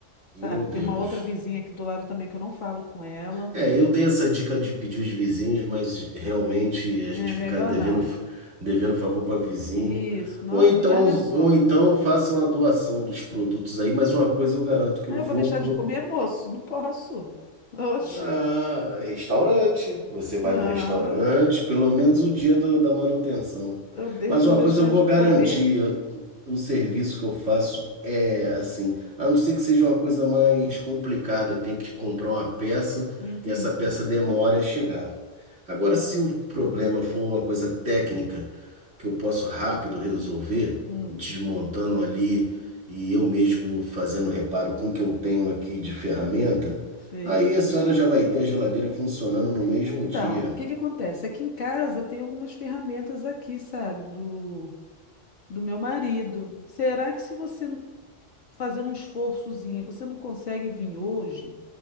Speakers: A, on the right; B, on the left.
A: Meu
B: sabe?
A: Deus.
B: Tem uma outra vizinha aqui do lado também que eu não falo com ela.
A: É, eu dei essa dica de pedir os vizinhos, mas realmente a
B: É
A: gente fica
B: melhor
A: devendo,
B: não.
A: devendo favor para vizinho.
B: Isso, nossa,
A: Ou então,
B: ainda mais minha sogra.
A: ou então façam a doação dos produtos aí, mas uma coisa eu garanto que
B: Ah,
A: eu
B: eu
A: vou
B: vou deixar de comer, moço? Não posso. Oxe,
A: Ah, restaurante. Você vai
B: não.
A: no restaurante, pelo menos o dia do- da manutenção.
B: Eu de-
A: Mas
B: vou
A: uma
B: deixar
A: coisa eu vou
B: de comer?
A: garantir, o serviço que eu faço é assim, a não ser que seja uma coisa mais complicada, que tem que comprar uma peça
B: Entendi.
A: e essa peça demora a chegar. Agora, se o problema for uma coisa técnica que eu posso rápido resolver,
B: Hum,
A: desmontando ali e eu mesmo fazendo reparo com o que eu tenho aqui de ferramenta,
B: sei.
A: Aí a senhora já vai ter a geladeira funcionando no mesmo
B: Então,
A: dia.
B: o que que acontece? Aqui em casa eu tenho algumas ferramentas aqui, sabe? Do do meu marido. Será que se você fazendo um esforçozinho. Você não consegue vir hoje